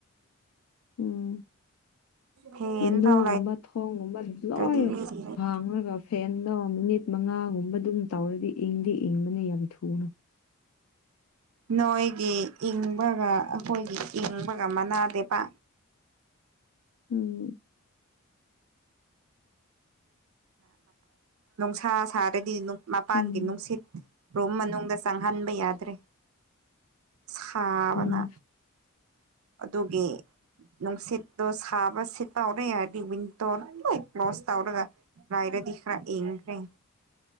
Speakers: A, on the left; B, on the right.
A: ꯎꯝ
B: ꯐꯦꯟ
A: ꯋꯤꯟꯗꯣꯒꯨꯝꯕ
B: ꯐꯥꯎ
A: ꯊꯣꯡꯒꯨꯝꯕ
B: ꯂꯩꯇ꯭ꯔꯗꯤ
A: ꯂꯣꯏ
B: ꯃꯤ ꯁꯤꯔꯦ
A: ꯍꯥꯡꯉꯒ ꯐꯦꯟꯗꯣ ꯃꯤꯅꯤꯠ ꯃꯉꯥꯒꯨꯝꯕ ꯑꯗꯨꯝ ꯇꯧꯔꯗꯤ ꯏꯪꯗꯤ ꯏꯪꯕꯅꯦ ꯌꯥꯝ ꯊꯨꯅ
B: ꯅꯣꯏꯒꯤ ꯏꯪꯕꯒ ꯑꯩꯈꯣꯏꯒꯤ ꯏꯪꯕꯒ ꯃꯅꯥꯗꯦꯕ
A: ꯎꯝ
B: ꯅꯨꯡꯁꯥ ꯁꯥꯔꯗꯤ ꯃꯄꯥꯟꯒꯤ
A: ꯎꯝ
B: ꯅꯨꯡꯁꯤꯠ ꯔꯨꯝ ꯃꯅꯨꯡꯗ ꯆꯪꯍꯟꯕ ꯌꯥꯗ꯭ꯔꯦ ꯁꯥꯕꯅ
A: ꯎꯝ
B: ꯑꯗꯨꯒꯤ ꯅꯨꯡꯁꯤꯠꯇꯣ ꯁꯥꯕꯁꯦ ꯇꯧꯔꯦ ꯍꯥꯏꯔꯗꯤ ꯋꯤꯟꯗꯣ ꯂ ꯀ꯭ꯂꯣꯁ ꯇꯧꯔꯒ ꯂꯥꯏꯔꯦꯗꯤ ꯈ꯭ꯔꯥ ꯌꯦꯡꯈ꯭ꯔꯦ